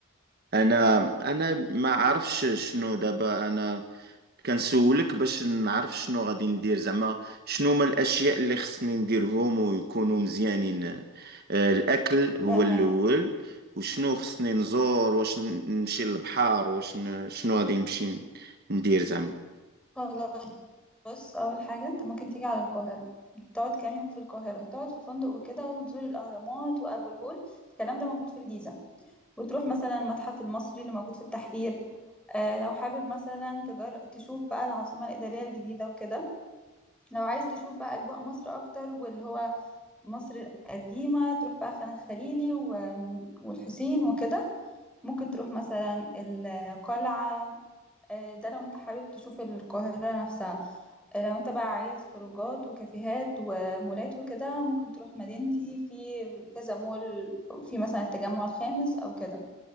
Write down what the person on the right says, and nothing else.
انا انا ما عارفش شنو دابا انا كنسولك باش نعرف شنو غادي ندير زعما شنو هما الاشياء اللي خصني نديرهم ويكونوا مزيانين آه، الاكل هو
الاول وشنو خصني نزور واش ن- نمشي للبحر واش ن- شنو غادي نمشي ندير زعما